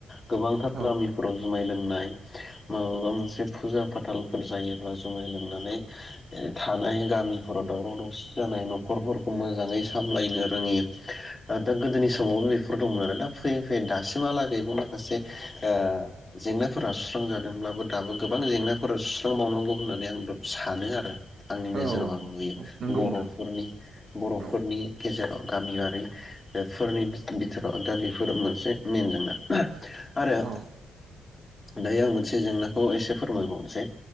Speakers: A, on the left; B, on the right.
A: गोबांथार
B: औ
A: गामिफोराव जुमाय लों नाय माबेबा मोनसे फुजा फाथालफोर जायोब्ला जुमाय लोंनानै थानाय गामिफोराव दावराव दावसि जानाय न'खरफोरखौ मोजाङै सामलायनो रोङि दा गोदोनि समावनो फोर दंमोन आरो दा फैयै फैयै दासिमहालागैबो माखासे ओ जेंनाफोरा सुस्रांजादोंब्लाबो दाबो गोबां जेंनाफोरा सुस्रांबावनांगौ होननानै आं सानो आरो। आंनि
B: औ
A: नोजोराव आं नुयो
B: नंगौ
A: बर'फोरनि
B: नोंथां
A: बर'फोरनि
B: औ
A: गेजेराव। गामियारि फोरनि बिथोराव दाबे बेफोर मोनसे मइेन जेंना आरो
B: औ
A: दायो आं मोनसे जेंनाखौ एसे फोरमायबावनोसै।